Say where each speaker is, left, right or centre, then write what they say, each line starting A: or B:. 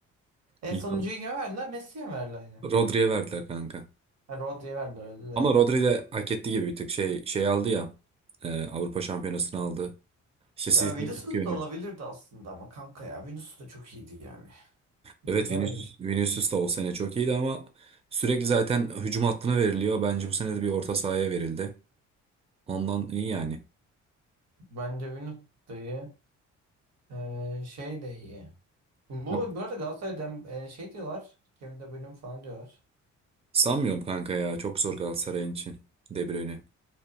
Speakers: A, on the right; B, on the right.
A: En
B: İnşallah.
A: sonuncuyu kime verdiler? Messi'ye mi verdiler yine.
B: Rodri'ye verdiler kanka.
A: Ha, Rodri'ye verdiler özür dilerim.
B: Ama Rodri de hak etti gibi bir tık şey şey aldı ya. e, Avrupa Şampiyonası'nı aldı. İşte sizde
A: Ya Vinicius
B: çok yönü.
A: da olabilirdi aslında ama kanka ya Vinicius da çok iyiydi yani. Bilemedim.
B: Evet Vinicius,
A: işte.
B: Vinicius da o sene çok iyiydi ama sürekli zaten hücum hattına veriliyor. Bence bu sene de bir orta sahaya verildi. Ondan iyi yani.
A: Bence Vinicius da iyi. Ee, şey de iyi. Bu,
B: Yap.
A: bu arada Galatasaray'dan e, şey diyorlar. Kevin De Bruyne falan diyorlar.
B: Sanmıyorum kanka ya. Çok zor Galatasaray'ın için. De Bruyne.